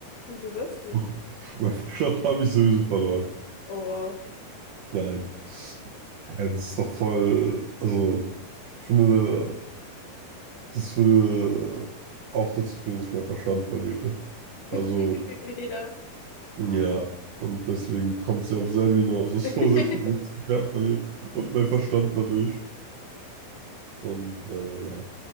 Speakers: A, on the left; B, on the right.
A: Wieso das denn?
B: Doch, <laughs> Mein Verstand habe ich sowieso verloren.
A: Oh wow.
B: Nein. Ja, Das ist doch voll. Also, ich finde, das würde auch dazu führen, dass ich meinen Verstand verliere.
A: <laughs>
B: Also,
A: Ja.
B: Ja, und deswegen kommt sie auf selbe hinaus, dass
A: <laughs>
B: Fosage mein liebsten Pferd verliert und mein Verstand dadurch. Und äh, ja,